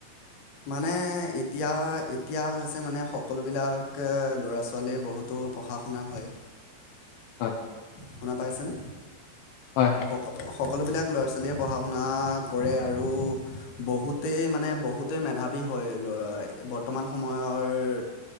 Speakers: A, on the left; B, on the left.
A: মানে এতিয়া, এতিয়া হৈছে মানে সকলোবিলাক কে' ল'ৰা ছোৱালীয়ে বহুতো পঢ়া শুনা হয়।
B: হয়!
A: শুনা পাই আছেনে?
B: হয় হয়।
A: সকল সকলোবিলাক ল'ৰা ছোৱালীয়ে পঢ়া শুনা কৰে আৰু বহুতেই মানে বহুত, তেই মেধাবী হয় ল' বৰ্তমান সময়ৰ,